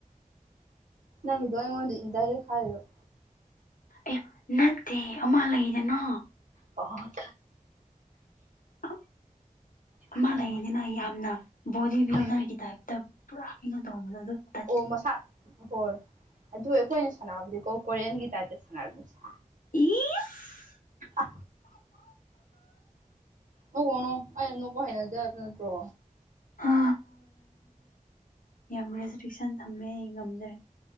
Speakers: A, on the right; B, on the left.
A: ꯅꯪꯒꯤꯗꯣ ꯑꯩꯉꯣꯟꯗ ꯏꯟꯗꯥꯏꯔꯦꯛ ꯍꯥꯏꯔꯤꯔꯣ
B: ꯑꯦ ꯅꯠꯇꯦ ꯑꯃ ꯂꯩꯗꯅ
A: ꯍ
B: ꯑꯍ ꯑꯃ
A: ꯈꯪꯉꯦꯕ
B: ꯂꯩꯌꯦꯅꯦ ꯌꯥꯝꯅ ꯕꯣꯗꯤ ꯕꯤꯜꯗꯔꯒꯤ
A: ꯍꯣꯏ
B: ꯇꯥꯏꯞꯇ ꯄꯨꯔꯥ ꯀꯩꯅꯣ ꯇꯧꯕꯝꯕꯗꯣ ꯑꯣ
A: ꯑꯣ ꯃꯁꯥ ꯍꯣꯏ ꯑꯗꯨ ꯑꯩꯈꯣꯏꯅ ꯁꯥꯟꯅꯕꯗꯤꯀꯣ ꯀꯣꯔꯤꯌꯟꯒꯤ ꯇꯥꯏꯞꯇ ꯁꯥꯟꯅꯔꯝꯅꯤꯁꯦ
B: ꯏꯁ
A: ꯑ ꯑꯣ ꯀꯅꯣ ꯑ ꯄꯥꯏꯅꯗ ꯅꯠꯇ꯭ꯔꯣ
B: ꯑ ꯌꯥꯝ ꯔꯦꯁꯇ꯭ꯔꯤꯛꯁꯟ ꯊꯝꯃꯦ ꯑꯩ ꯉꯝꯖꯔꯦ